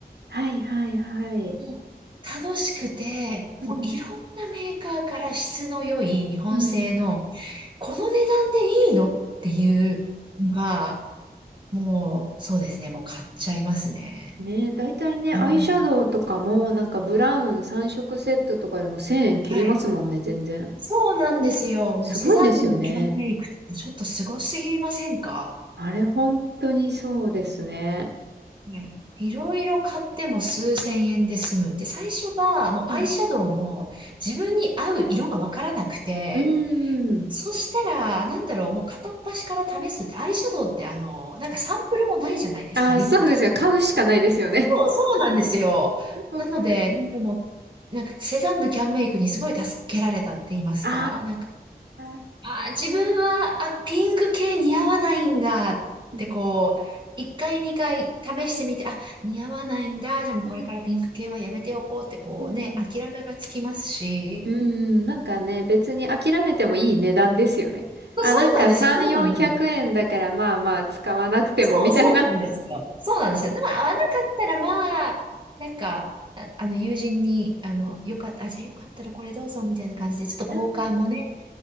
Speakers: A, on the right (about 85°); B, on the right (about 30°).
A: はいはいはい。
B: もう楽しくて、
A: うん。
B: もういろんなメーカーから質の良い日本製の、
A: うん。
B: この値段でいいのっていうのが、もうそうですね、もう買っちゃいますね。
A: ね、大体ね、
B: はい。
A: アイシャドウとかも、なんかブラウン3色セットとかでも1000円切りますもんね、
B: はい。
A: 全然。
B: そうなんですよ。もうセザンヌのメイクってちょっとすごすぎませんか
A: すごいんですよね。あれ、本当にそうですね。
B: はい。いろいろ買っても数千円で済む。で、最初はもうアイシャドウも自分に合う色がわからなくて、
A: うん。うーん。
B: そしたら、なんだろう、もう片っ端から試すって、アイシャドウってあの、なんかサンプルもないじゃないですか、
A: ああ、
B: リップとかね。
A: そうですよ。買うしかないですよね。
B: そう、そうなんですよ。
A: <laughs> わかる。
B: なので、なんかもう、なんかセザンヌキャンメイクにすごい助けられたって言いますか、
A: あ
B: なんか、
A: あ。
B: あー、自分は、あ、ピンク系似合わないんだってこう、
A: うん。
B: 一回二回試してみて、あ、似合わないんだ、じゃあもうこれからピンク系はやめておこうってこうね、
A: うん。うん
B: 諦めがつきますし、
A: うん。なんかね、別に諦めてもいい値段ですよね。あ、
B: そうなんですよ、
A: なんか3、
B: そうなんです。
A: 400円だからまあまあ使わなくてもみたいな。
B: そう、そうなんですよ。そうなんですよ。でも会わなかったら、まあ、なんか、ああの、友人に、あの、よかった、あ、じゃあよかったらこれどうぞ、みたいな感じで、ちょっと交換もね、
A: うん。